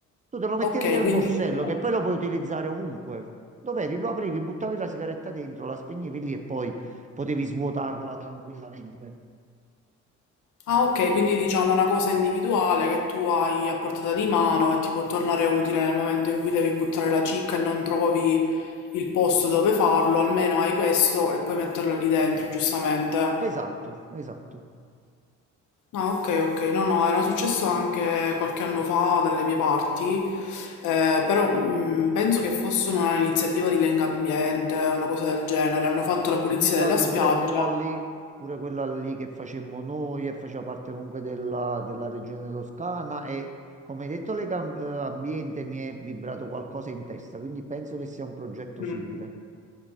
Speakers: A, on the right; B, on the left.
A: Tu te lo mettevi
B: Okay,
A: nel
B: quindi
A: borsello
B: diciamo
A: che poi lo puoi utilizzare ovunque. Dov'eri? Lo aprivi, buttavi la sigaretta dentro, la spegnevi lì e poi potevi svuotarla tranquillamente.
B: ah, okay, quindi diciamo una cosa individuale che tu hai a portata di mano e ti può tornare utile nel momento in cui devi buttare la cicca e non trovi il posto dove farlo, almeno hai questo e puoi metterlo lì dentro, giustamente.
A: Esatto, esatto.
B: Ah, ok, ok, no, no, era successo anche qualche anno fa dalle mie parti, eh, però mh, penso che fosse un'iniziativa di Lenga Ambiente, una cosa del genere, hanno fatto la pulizia
A: Se Non mi sbaglio,
B: della spiaggia.
A: pure quella lì, pure quella lì che facemmo noi e faceva parte comunque della, della regione toscana e come hai detto l'ambiente mi è vibrato qualcosa in testa, quindi penso che sia un progetto
B: Mm.
A: simile.